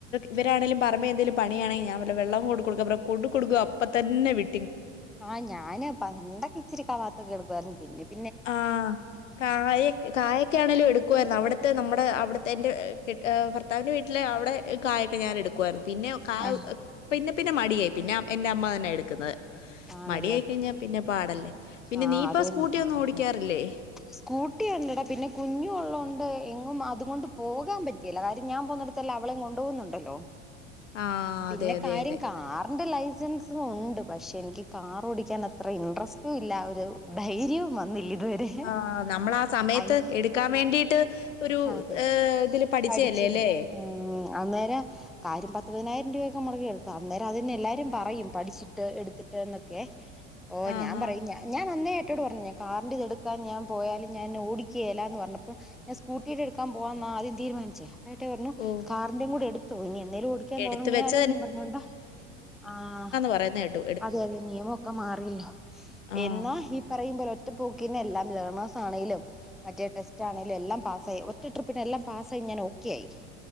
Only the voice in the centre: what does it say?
ആ ഞാന് പണ്ടൊക്കെ ഇച്ചിരി കവാത്ത കേൾക്കുവായിരുന്നു പിന്നെഇ
ആഹ്
ആണല്ലേ
ആഹ്
അതേന്ന്
സ്കൂട്ടി ഉണ്ട്ടാ പിന്നെ കുഞ്ഞുംഉള്ളോണ്ട് എങ്ങും അതുംകൊണ്ട് പോകാൻ പറ്റ് ചില കാര്യം ഞാൻ പോവ്ന്നട്ത്തെല്ലാം അവളെയും കൊണ്ടോവുന്നുണ്ടല്ലോ
പിന്നെ
കാര്യം
കാറിന്റെ ലൈ സൻസുംഉണ്ട് പക്ഷെ എനിക്ക് കാർ ഓടിക്കാൻ അത്ര ഇൻട്രസ്റ്റും ഇല്ല ഒരു ധൈര്യവും വന്നില്ല ഇതുവരെ
അയി
അതെ
പഠിച്ചിരുന്നു ഉം അന്നേര കാര്യം പത്ത്പതിനായിരം രൂപയൊക്കെ നമ്മുടെ കയ്യിലെടുക്കാം അന്നേരം അത്‌ന്നെ എല്ലാരും പറയും പഠിച്ചിട്ട് എടുത്ത്- ത്തിട്ട് ന്നൊക്കെ ഓ
ഞാൻ പറയും
ഞാൻ ഞാൻ അന്നേ എട്ടോട് പറഞ്ഞാ കാറിന്റെതെടുക്കാൻ ഞാൻ പോയാല് ഞാൻ ഓടിക്കേലാന്ന് പറഞ്ഞപ്പം- ഞാൻ സ്കൂട്ടീടെ എടുക്കാൻ പോവാന്ന ആദ്യം തീരുമാനിച്ചേ അപ്പേട്ടായി പറഞ്ഞു
കാറിന്റെയും കൂടെ എടുത്തോ ഇനി എന്നേലും ഓടി ക്കാൻ
തുടങ്ങിയാലോന്നും
പറഞ്ഞോണ്ടാ ആഹ്
അതുഅല്ല നിയമംഒക്കെ മാറിയല്ലോ
എന്നോ ഈ പറയുമ്പോലെ ഒ റ്റപോക്കിന് എല്ലാം ലേണേഴ്സ് ആണെലും മറ്റേ ടെസ്റ്റ്ആണെലും എല്ലാം പാസ്സായി ഒറ്റ ട്രിപ്പിന് എല്ലാം പാസ്സായി ഞാൻ ഓക്കെ ആയി.